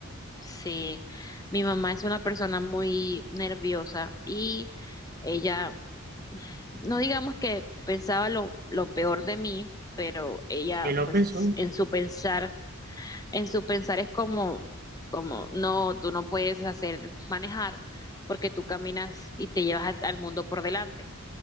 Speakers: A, on the left (about 15°); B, on the right (about 40°).
A: Sí, mi mamá es una persona muy nerviosa y ella, no digamos que pensaba lo, lo peor de mí, pero ella
B: Si lo
A: pues
B: pensó,
A: en su pensar, en su pensar es como, como, no, tú no puedes hacer manejar porque tú caminas y te llevas al, al mundo por delante.